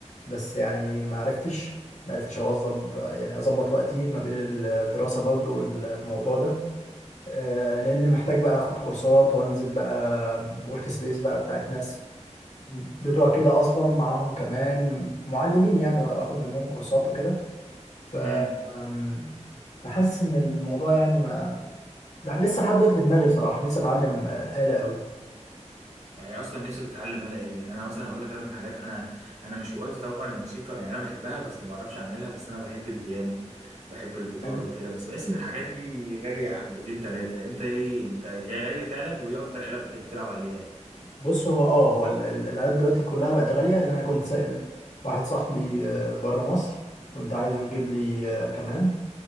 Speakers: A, on the left (about 70°); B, on the right (about 75°).
A: بس يعني ما عرفتش ما عرفتش اوظب يعني اظبط وقتي ما بين الدراسة برضو والموضوع ده آه، لان محتاج بقى اخد كورسات وانزل بقى ورك سبيس بقى بتاعت ناس بتوع كده اصلا معاهم كمان معلمين يعني واخد منهم كورسات وكده ف
B: امم
A: آم، فحاسس ان الموضوع يعني ما لا لسه لحد دلوقتي في دماغي بصراحه نفسي اتعلم آه، آلة قوي
B: يعني اصلا نفسك تتعلم آلة ايه يعني انا مثلا هقول لك أنا من الحاجات انا انا مش هوايتي طبعا الموسيقى يعني انا بحبها بس ما بعرفش اعملها بس انا بحب البيانو بحب الجيتار
A: يعني
B: وكده بس بحس ان الحاجات دي غاليه حبتين ثلاثه انت ايه انت هي غاليه فعلا وايه اكتر آلة بتحب تلعب عليها يعني
A: بص هو اه هو ال- ال- الآلات دلوقتي كلها بقت غاليه يعني انا كنت سائل واحد صاحبي بره مصر كنت عايزه يجيب لي آه، كمان